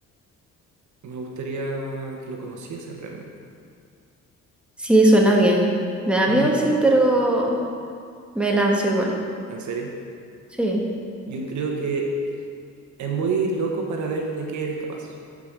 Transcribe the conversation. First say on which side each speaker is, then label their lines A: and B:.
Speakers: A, on the right; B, in the centre.
A: Me gustaría que lo conociese realmente.
B: Sí, suena bien.
A: <laughs>
B: Me da miedo,
A: Ujú.
B: sí, pero me lanzo igual.
A: ¿En serio?
B: Sí.
A: Yo creo que es muy loco para ver de qué eres capaz.